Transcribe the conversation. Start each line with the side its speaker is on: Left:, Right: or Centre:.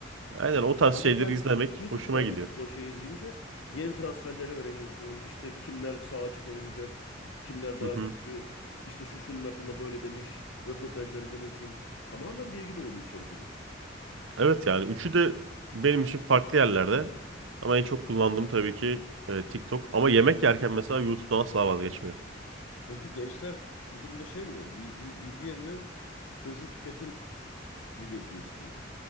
Right: Aynen o tarz
Left: Ama
Right: şeyleri
Left: sen
Right: izlemek
Left: YouTube'da
Right: hoşuma gidiyor.
Left: bir futbol şeyi izleyince yeni transferleri öğreniyorsun. İşte kimler sağ açık oynayacak. Kimler daha
Right: Hı hı.
Left: güçlü. İşte şu şunun hakkında böyle demiş. Röportajları görüyorsun. Tamamen bilgi dolu bir içerik oluyor.
Right: Evet yani üçü de benim için farklı yerlerde. Ama en çok kullandığım tabii ki e, TikTok. Ama yemek yerken mesela YouTube'dan asla vazgeçmiyorum.
Left: Peki gençler bu durumda şey mi? Bilgi, bilgi yerine hızlı tüketim videosunu istiyor.